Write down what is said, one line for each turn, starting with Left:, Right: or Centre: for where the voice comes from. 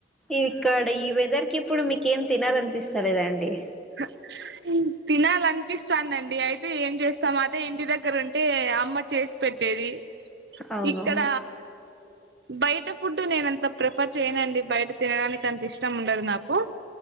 Centre: ఇక్కడ ఈ వెదర్ కి ఇప్పుడు మీకేం తినాలనిపిస్త లేదాండి
Right: <unintelligible> తినాలనిపిస్తాందండి అయితే ఏం చేస్తాం అదే ఇంటి దగ్గర ఉంటే అమ్మ చేసి పెట్టేది
Centre: అవునవును
Right: ఇక్కడ బయట ఫుడ్ నేనంత ప్రిఫర్ చేయనండి బయట తినడానికి అంత ఇష్టం ఉండదు నాకు